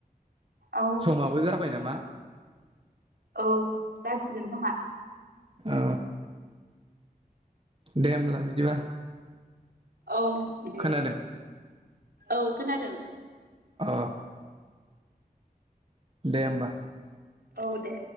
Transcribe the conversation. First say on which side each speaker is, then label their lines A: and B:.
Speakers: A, on the right (about 80°); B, on the right (about 35°).
A: औ
B: समाबो जाबाय नामा?
A: औ जासिगोन खोमा।
B: औ दे होमब्ला बिदिबा।
A: औ दे
B: खोनादों
A: औ खोनादों।
B: अ। दे होमबा।
A: औ दे।